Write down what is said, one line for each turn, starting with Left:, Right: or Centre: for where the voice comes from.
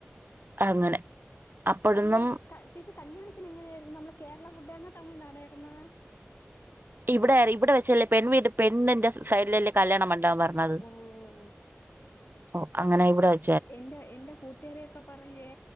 Right: അങ്ങനെ അപ്പോഴൊന്നും
Left: കല് ചേച്ചി കല്യാണത്തിന് എങ്ങനെയായിരുന്നു നമ്മള കേരള ഫുഡായിരുന്ന തമിഴ്നാടായിരുന്നാ
Right: ഇവിടെ ഇവിടെ വെച്ചല്ലെ പെൺ വീട്ട പെണ്ണിന്റെ സൈഡില് അല്ലേ കല്യാണം മണ്ഡപ വ <unintelligible>
Left: ഓ ഓ
Right: ഓ അങ്ങനെ ഇവിടായി
Left: എൻ്റെ എന്റെ കൂട്ടുകാരിക്ക പറയുവെ